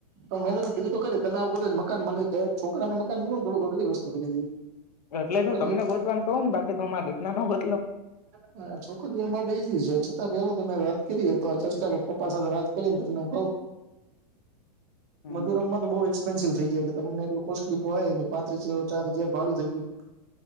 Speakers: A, on the right; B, on the left.
A: તો મેં તને કીધું તો કરી તને <unintelligible> મકાન <unintelligible> છોકરાને મકાન મલુ થોડુક અઘરી વસ્તુ બની ગઈ
B: એટલે
A: છોકરીઓ
B: તું તમને ગોતવાને કવ ને બાકી તો મા દૂતના ન ગોતલો
A: હા છોકરીઓ માટે ઈજી છે, છતાં પેલા તમે વાત કરીયે તો આ ચર્ચા <unintelligible> વાત કરીને તમને કહું
B: હમ,
A: મધુરમમાં તો બો એક્સપેન્સિવ થઈ જાય એટલે તમને એટલું કોસ્ટલીય પાહાઈ ની પા ત્રીસો ચાર હજાર ભાડું થઇ ગયું.